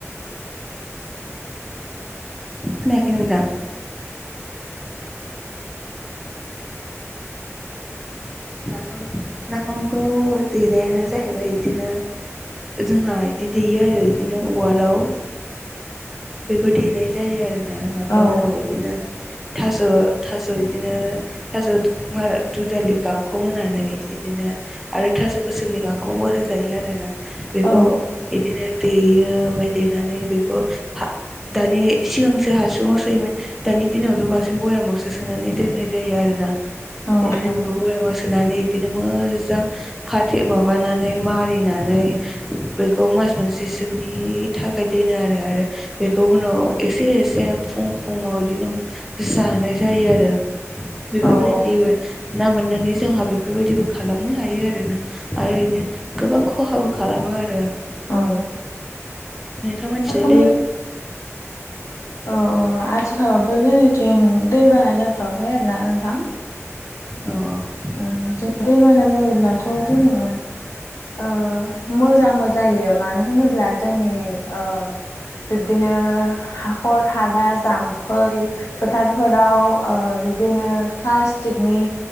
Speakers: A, in the centre; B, on the left.
A: खोनायाखै नोंथां? नाफाम नाफामखौ देनायानो जाहैबाय इदिनो जोंहा इदि देयो आरो इदिनो उवालाव बेखौ देनाय जायो आरो। ना नाफामखौ
B: औ
A: इदिनो। थास' थास' इदिनो थास' दु दुदालि गांखं होनानै। इदिनो आरो थास' गोसोमनि गांखंबो होजायो आरो ना। बेखौ
B: औ
A: इदिनो देयो ओमफाय देनानै बेखौ हा दानि सिगांसो हासुङाव सोयोमोन दानि दिनावथ' बांसिन बयामावसो सोनानै दोननाय जायो आरोना।
B: औ
A: एदिनो बिखौ समायाव सो नानै इदिनो मोजां खाथे माबानानै मारिनानै बेखौ मोज मास मोनसेसोनि थाखाय दोनो आरो आरो बेखौ उनाव एसे एसे फुं फुुङाव इदिनो जानाय जायो आरो। बेफोरबायदिमोन।
B: औ औ
A: ना मोननानै जोंहा बेफोरबायदिबो खालामनो हायो आरो ना आरो बिनो गोबां खहाबो खालामो। आरो।
B: औ।
A: नोंथां मोनथिनो
B: <unintelligible> अ आ आथिखालावथ' जोंनिथिं दै बाना जाथ'वाखै आरोना नोंथां।
A: औ औ।
B: ओ जों दैबाना जायोब्लाथ' जोङो ओ मोजांबो जायो मानो होनोब्ला जोंनि ओ बिब्दिनो हाखर हाला जाम्फै फोथारफोराव ओ बिदिनो प्लास्टिकनि